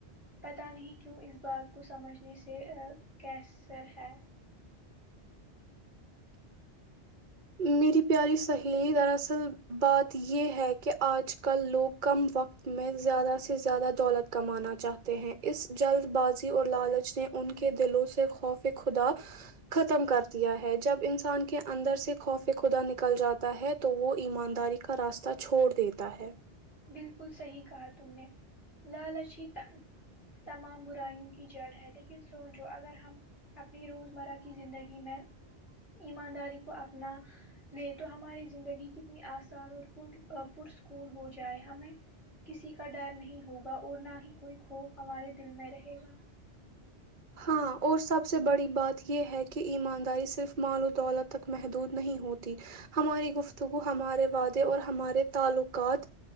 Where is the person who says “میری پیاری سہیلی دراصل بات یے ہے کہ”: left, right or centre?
Right